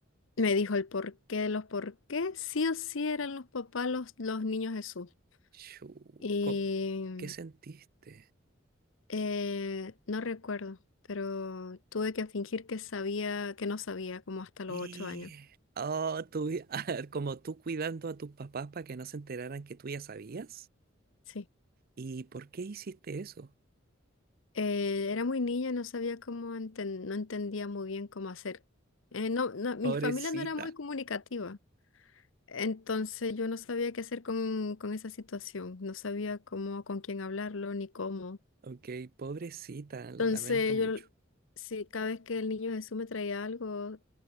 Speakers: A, on the left; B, on the right.
A: me dijo el porqué de los por qué, sí o sí eran los papás los, los niños Jesús.
B: Chu,
A: Y
B: co- ¿Qué sentiste?
A: eh, no recuerdo, pero tuve que fingir que sabía, que no sabía, como hasta los
B: Eh,
A: ocho años.
B: Oh, tú, <laughs> a ver, como tú cuidando a tus papás para que no se enteraran que tú ya sabías.
A: Sí.
B: ¿Y por qué hiciste eso?
A: Eh, era muy niña, no sabía cómo enten- no entendía muy bien cómo hacer. Eh, no, no, mi
B: Pobrecita.
A: familia no era muy comunicativa. Entonces yo no sabía qué hacer con, con esa situación, no sabía cómo, con quién hablarlo ni cómo.
B: Ok, pobrecita, lo
A: Entonces
B: lamento mucho.
A: yo, sí, cada vez que el niño Jesús me traía algo